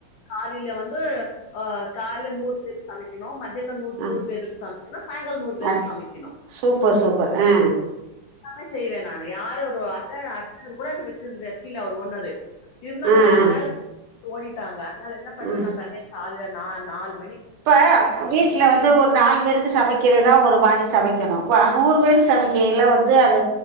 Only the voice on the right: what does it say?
ஆ
அடுத்
சூப்பர் சூப்பர் ஆ
ஆ ஆ
ம்
இப்ப வீட்ல வந்து ஒரு நாலு பேருக் கு சமைக்கிறனா ஒரு மாரி சமைக்கணும் நூறு பேருக்கு சமைக்கையில வந்து அத